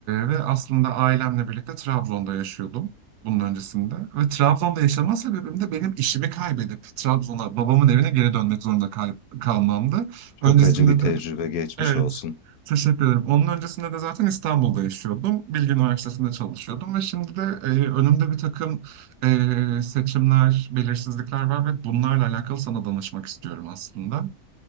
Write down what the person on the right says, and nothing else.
ve aslında ailemle birlikte Trabzon'da yaşıyordum bunun öncesinde. Ve Trabzon'da yaşama sebebim de benim işimi kaybedip Trabzon'a babamın evine geri dönmek zorunda kay- kalmamdı.
Öncesinde
de
Evet.
Teşekkür ederim. Onun öncesinde de zaten İstanbul'da yaşıyordum. Bilgi Üniversitesi'nde çalışıyordum ve şimdi de e, önümde bir takım e, seçimler, belirsizlikler var ve bunlarla alakalı sana danışmak istiyorum aslında.